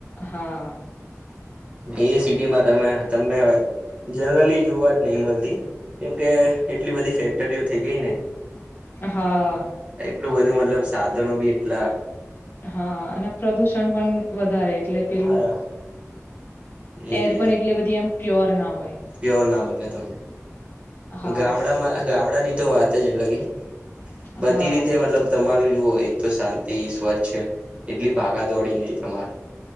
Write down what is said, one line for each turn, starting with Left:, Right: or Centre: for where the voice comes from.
Left: હા
Right: એ સિટી માં તમે તમને હવે જનરલી જોવા જ નહી મળતી કેમ કે એટલી બધી ફેક્ટરીઓ થઇ ગઈ ને
Left: હા
Right: એટલું બધું મતલબ સાધનો બી એટલા
Left: હા અને પ્રદુષણ પણ વધારે વધારે એટલે પેલું
Right: હા એજ
Left: એર
Right: એજ
Left: પણ એટલે બધી આમ પ્યોર ના હોય
Right: પ્યોર નામ એટલે તમને
Left: હા,
Right: ગામડામાં ગામડા ની તો વાત જ અલગ કે
Left: હા,
Right: બધી રીતે મતલબ તમારું જુઓ એક તો શાંતિ સ્વચ્છ એટલી ભાગા દોડી નહી તમારે